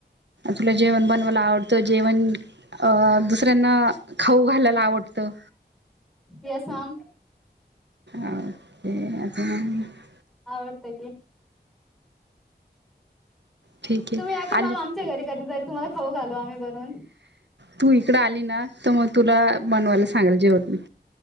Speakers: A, on the right (about 85°); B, in the centre.
A: तुला जेवण बनवायला आवडतं, जेवण अ दुसऱ्यांना खाऊ घालायला आवडतं
B: येस, मॅम
A: आ ते आज <unintelligible>
B: आवडत की!
A: ठीक आहे
B: तुम्ही यायचं
A: आली
B: ना आमचा घरी कधी तरी तुम्हाला खाऊ घालू आम्ही बनऊन!
A: तू इकड आली ना, तर मग तुला बनवायला सांगेलं जेवण मी